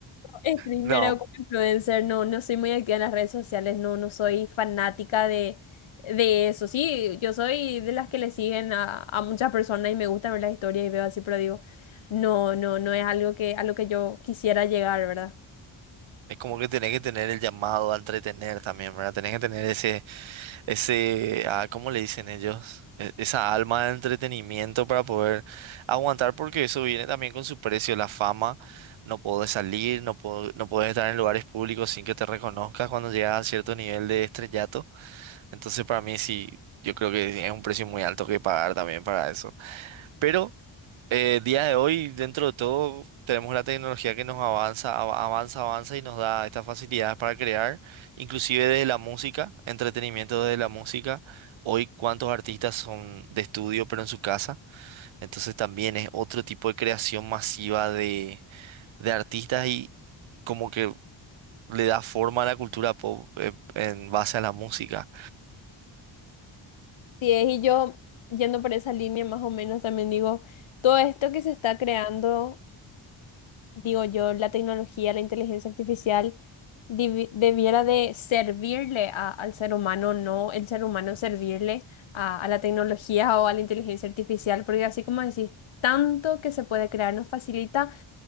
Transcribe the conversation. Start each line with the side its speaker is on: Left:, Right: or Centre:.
Left: Streamer
Right: No,
Left: o como influencer, no, no soy muy activa en las redes sociales, no, no soy fanática de, de eso. Sí, yo soy de las que le siguen a, a muchas personas y me gusta ver las historias y veo así, pero digo, no, no, no es algo que, a lo que yo quisiera llegar, ¿verdad?
Right: es como que tenés que tener el llamado a entretener también, ¿verdad? Tenés que tener ese, ese, ah, ¿cómo le dicen ellos? E- Esa alma de entretenimiento para poder aguantar, porque eso viene también con su precio, la fama. No podés salir, no po- no podés estar en lugares públicos sin que te reconozcas cuando llegas a cierto nivel de estrellato. Entonces, para mí sí, yo creo que es un precio muy alto que pagar también para eso. Pero eh, día de hoy, dentro de todo, tenemos la tecnología que nos avanza, av- avanza, avanza y nos da estas facilidades para crear, inclusive desde la música, entretenimiento desde la música. Hoy, cuántos artistas son de estudio, pero en su casa. Entonces también es otro tipo de creación masiva de, de artistas y como que le da forma a la cultura pop, eh, en base a la música.
Left: Sí, es, y yo yendo por esa línea más o menos también digo, todo esto que se está creando. digo yo, la tecnología, la inteligencia artificial divi- debiera de servirle a- al ser humano, no el ser humano servirle a, a la tecnología o a la inteligencia artificial, porque así como decís, tanto que se puede crear nos facilita